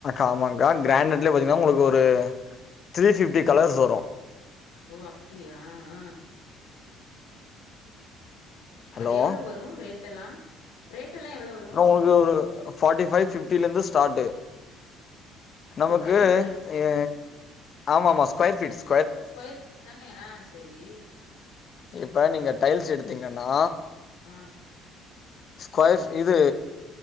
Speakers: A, on the left; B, on the left.
A: ஆமாங்கா கிரானெட்லே பாத்தீங்ன்னா உங்களுக்கு ஒரு த்ரீ ஃபிப்டி கலர்ஸ் வரு
B: ஓ அப்டியா ஆ
A: ஹலோ
B: அது எவ்ளோ வரு ரேட்டெல்லா ரேட்டெல்லா எவ்ளோ வரு
A: ஒரே ஒரு ஃபாட்டி ஃபை ஃபிப்டிலந்து ஸ்டாட்டு நமக்கு
B: ஒரு கல்லோட ரேட்டா
A: எ ஆமா ஆமா ஸ்கொயர்ஃபீ்ட்ஸ்
B: ஸ்கொயர் ஃபீட் தானே ஆ செரி
A: இப்ப நீங்க டைல்ஸ் எடுத்தீங்கன்னா
B: அ
A: ஸ்கொயர் ஃப் இது